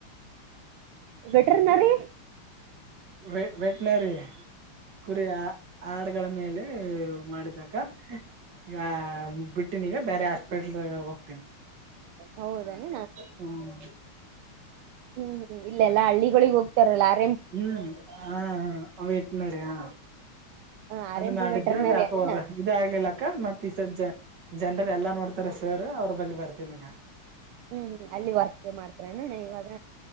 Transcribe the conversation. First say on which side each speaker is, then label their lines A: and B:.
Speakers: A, on the right; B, on the right.
A: <unintelligible>
B: ವೆಟರ್ನರಿ
A: ವೆ ವೆಟ್ನರಿ ಕುರಿ ಆ ಆಡ್ಗಳ ಮೇಲೆ ಮಾಡಿದಕ ಈಗ ಬಿಟ್ಟಿನೀ ಬೇರೆ ಹಾಸ್ಪಿಟ್ಲ್ ಹೋಗ್ತೀನಿ
B: ಹೌದಣ್ಣ
A: ಹ್ಮ್
B: ಹ್ಮ್ ಹ್ಮ್ ಇಲ್ಲೆಲ್ಲಾ ಹಳ್ಳಿಗಳಿಗ್ ಹೋಗ್ತಾರಲ್ಲ ಆ
A: ಹ್ಮ್ ಹಹ ಅವೆಟ್ನಾರಿ ಹ
B: ಹ ಆರ್
A: ಅದ್
B: ಎಂ
A: ಮಾಡಿದ್ದೆ
B: ಪಿ ವೆಟರ್ನರಿ
A: ಅದ್ ಯಾಕೋವಾರ
B: ಅನಣ
A: ಇದ ಆಗ್ಲಿಲ್ಲಕ್ಕ ಮತ್ತ ಈ ಸಜ್ಜ ಜನರಲ್ ಎಲ್ಲಾ ನೋಡ್ತಾರೆ ಸರ್ ಅವ್ರ ಬಳಿ ಬರ್ತೀನ ಈಗ
B: ಹ್ಮ್ ಹ್ಮ್ ಅಲ್ಲಿ ವರ್ಕ್ ಮಾಡ್ತಿರಣ್ಣ ಇವಾಗ